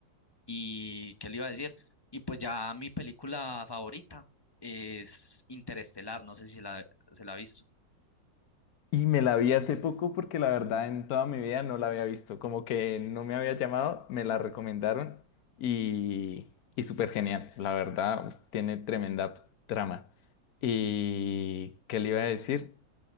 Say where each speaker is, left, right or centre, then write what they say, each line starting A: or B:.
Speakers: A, on the left; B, on the left.
A: ¿Y qué le iba a decir? Y pues ya mi película favorita es Interestelar, no sé si la, se la ha visto.
B: Y me la vi hace poco porque la verdad en toda mi vida no la había visto, como que no me había llamado, me la recomendaron y, y súper genial, la verdad uf, tiene tremenda trama. ¿Y qué le iba a decir?